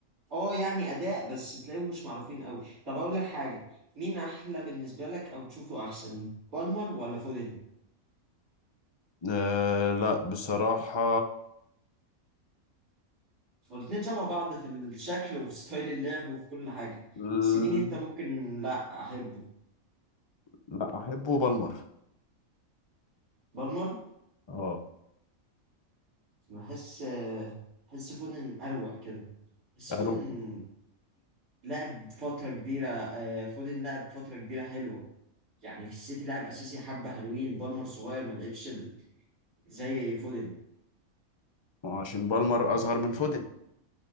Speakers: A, on the right; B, on the left.
A: اه يعني اداء بس تلاقيهم مش معروفين قوي طب اقول لك حاجه مين احلى بالنسبه لك او تشوفه احسن بالمر ولا فودن
B: أه لا بصراحة
A: والاتنين شبه بعض في الشكل وفي ستايل اللعب وفي كل حاجه
B: ال-
A: بس مين انت ممكن لا احبه
B: لا أحبه بالمر
A: بالمر
B: اه
A: بحس آه، بحس فودن اروق كده بحس فودن
B: أرو-
A: لعب فترة كبيرة آه، فودن لعب فترة كبيرة حلوة يعني في السيتي لعب أساسي حبة حلوين بالمر صغير ما لعبش ال- زي فودن
B: عشان بالمر أصغر من فودن